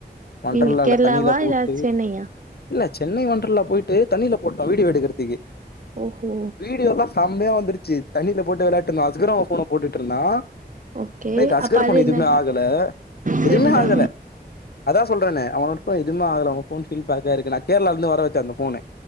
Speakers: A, on the left; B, on the right.
A: வண்டர்லால
B: நீங்க கேரளாவா
A: தண்ணில போட்டு
B: இல்ல சென்னையா
A: இல்ல சென்னை ஒன்டர்ல்லா போய்ட்டு தண்ணில போட்டோ வீடியோ எடுக்குறதுக்கு
B: ஓஹோ
A: வீடியோ எல்லா செம்யா வந்துருச்சு தண்ணியில போட்டு விளையாட்டு இருந்தோ அஸ்குரம போன போட்டுட்டு இருந்தா
B: ஓகே
A: <unintelligible> அஸ்கர்
B: அப்ப அது
A: போனு எதுவுமே
B: என்ன
A: ஆகல எதுவுமே
B: சேரிதா
A: ஆகல அதா சொல்றனே அவனோட போன் எதுமே ஆகல அவ போன்பில் பாக்க இருக்கு நான் கேரளால இருந்து வர வச்ச அந்த போனு